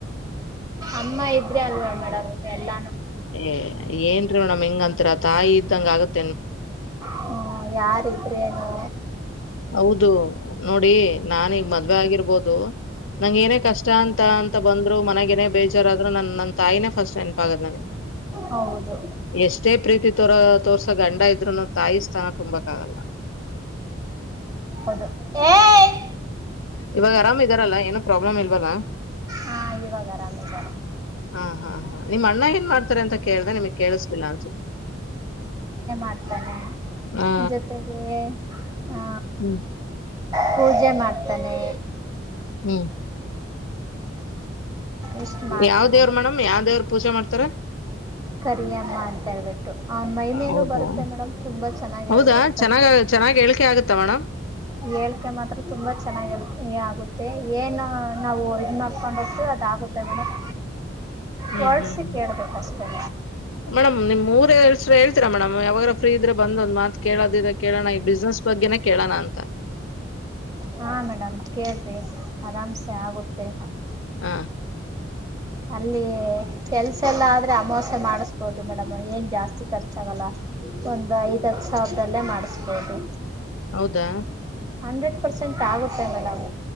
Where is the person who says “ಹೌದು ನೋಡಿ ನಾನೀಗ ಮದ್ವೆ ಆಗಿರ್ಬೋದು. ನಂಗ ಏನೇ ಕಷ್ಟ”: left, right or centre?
Left